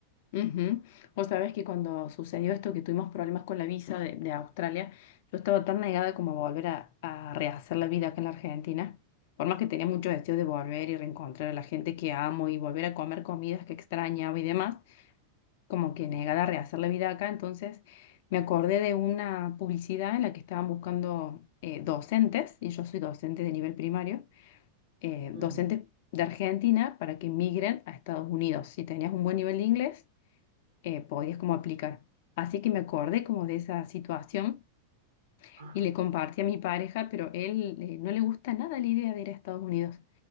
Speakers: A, on the left (about 50°); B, on the right (about 65°).
A: Ujú. Vos sabés que cuando sucedió esto, que tuvimos problemas con la visa de, de Australia, yo estaba tan negada como a volver a, a rehacer la vida acá en la Argentina. Por más que tenía mucho deseo de volver y reencontrar a la gente que amo y volver a comer comidas que extrañaba y demás, como que negada a rehacer la vida acá. Entonces me acordé de una publicidad en la que estaban buscando eh, docentes, y yo soy docente de nivel primario, eh,
B: Uh
A: docentes
B: -huh.
A: de Argentina para que migren a Estados Unidos. Si tenías un buen nivel de inglés eh, podías como aplicar. Así que me acordé como de esa situación
B: ah,
A: y le compartí a mi pareja, pero él eh, no le gusta nada la idea de ir a Estados Unidos.